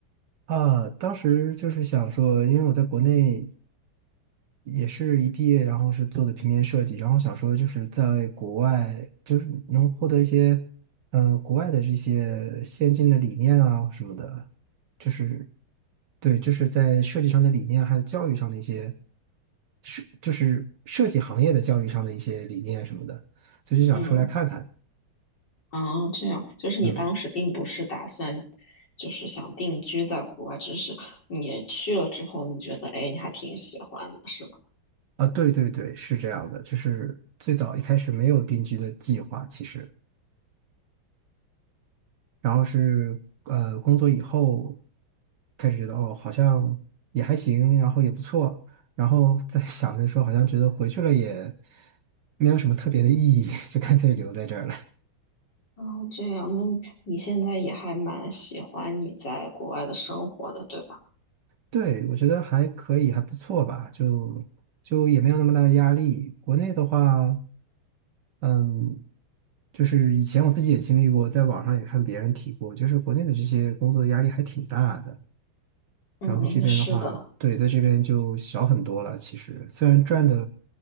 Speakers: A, on the right; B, on the left.
A: 啊，当时就是想说，因为我在国内也是一毕业，然后是做的平面设计，然后想说就是在国外，就是能获得一些，呃，国外的这些先进的理念啊什么的，就是对，就是在设计上的理念，还有教育上的一些，设就是设计行业的教育上的一些理念什么的，所以就想出来看看。
B: 嗯，啊，这样，就是你当时并不是打算
A: 嗯，
B: 就是想定居在国外，只是你去了之后，你觉得哎，你还挺喜欢的，是吧？
A: 啊，对对对，是这样的，就是最早一开始没有定居的计划，其实。然后是呃工作以后开始觉得哦好像也还行，然后也不错，然后在 <laughs> 想着说好像觉得回去了也没有什么特别的意义，<laughs> 就干脆留在这儿了。
B: 啊，这样，那你现在也还蛮喜欢你在国外的生活的，对吧？
A: 对，我觉得还可以，还不错吧，就就也没有那么大的压力。国内的话，嗯，就是以前我自己也经历过，在网上也看别人提过，就是国内的这些工作的压力还挺大的。
B: 嗯，
A: 然后在这边的话，
B: 是的，
A: 对，在这边就小很多了。其实虽然赚的